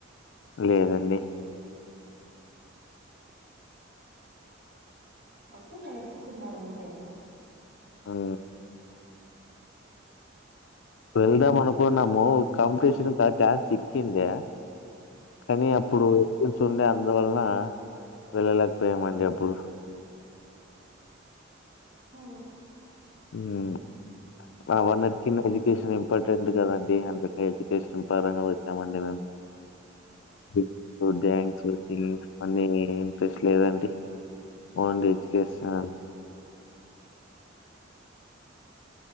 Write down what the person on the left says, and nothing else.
లేదండి
అన్ వెళ్దాం అనుకున్నాము కాంపిటీషన్ కాటా చిక్కిందా కానీ అప్పుడు <inaudible> చుండే అందువలన వెళ్ళలేకపోయామండి అప్పుడు
ఉమ్ అవన్నీ చిన్న ఎడ్యుకేషన్ ఇంపార్టెంట్ కదండి, అందుకే ఎడ్యుకేషన్ పరంగా వచ్చామండి మేము ఇప్పుడు డాన్స్ వరకి అన్నీ టేస్ లేదండి ఓన్లీ ఎడ్యుకేషనల్